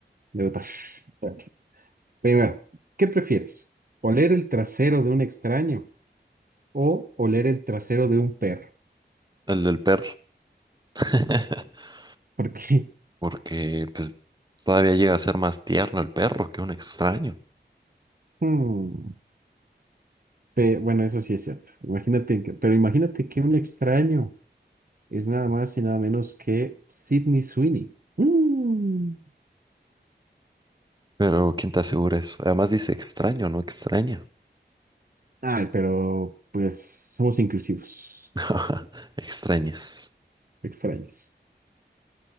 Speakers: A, on the right; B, on the right.
A: Debutar. Ok. Primero, ¿qué prefieres? ¿Oler el trasero de un extraño o oler el trasero de un perro?
B: el del perro, <laughs>
A: Porque,
B: porque pues, todavía llega a ser más tierno el perro que un extraño.
A: <laughs> hmm, pe- bueno, eso sí es cierto. Imagínate que, pero imagínate que un extraño es nada más y nada menos que Sydney Sweeney. Mm.
B: Pero ¿quién te asegura eso? Además dice extraño, no extraña.
A: Ay, pero pues somos inclusivos,
B: <laughs> Extraños.
A: extraños.